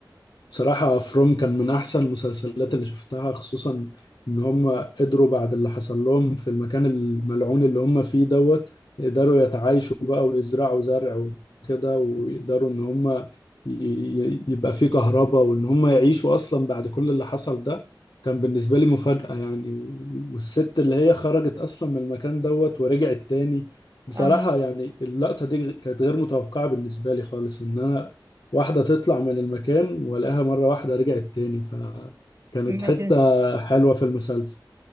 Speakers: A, on the left (about 70°); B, on the right (about 40°).
A: بصراحة فروم كان من أحسن المسلسلات اللي شفتها خصوصا إن هم قدروا بعد اللي حصل لهم في المكان الملعون اللي هم فيه دوت يقدروا يتعايشوا بقى ويزرعوا زرع وكده ويقدروا إن هم ي- ي- يبقى فيه كهرباء وإن هم يعيشوا أصلا بعد كل اللي حصل ده كان بالنسبة لي مفاجأة يعني و- والست اللي هي خرجت أصلا من المكان دوت ورجعت تاني بصراحة
B: اه
A: يعني اللقطة دي كانت غير متوقعة بالنسبة لي خالص إن أنا واحدة تطلع من المكان والاقيها مرة واحدة رجعت تاني فكانت
B: ما
A: حتة
B: تنسى
A: حلوة في المسلسل